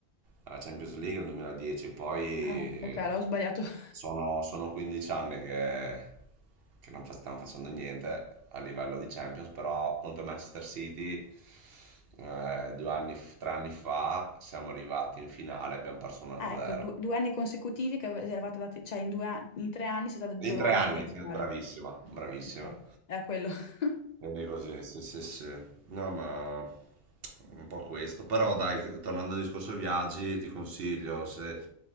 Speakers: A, on the right (about 65°); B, on the left (about 55°).
A: la Champions League nel 2010, poi
B: Ah no, ok, l'ho sbagliato. <laughs>
A: sono, sono 15 anni che, che non fa- stiamo facendo niente a livello di Champions, però contro Manchester City eh, due anni, f- tre anni fa siamo arrivati in finale, abbiamo perso 1-0.
B: Ah, ecco, due, due anni consecutivi che ave- eravate andati, cioè in, due an- in tre anni siete andati
A: In
B: due volte
A: tre anni,
B: in finale.
A: eh, bravissima, bravissima.
B: Ok, era quello. <laughs>
A: Quindi così, sì, sì, sì. sì. No, ma un po' questo. Però dai, tornando al discorso viaggi, ti consiglio se...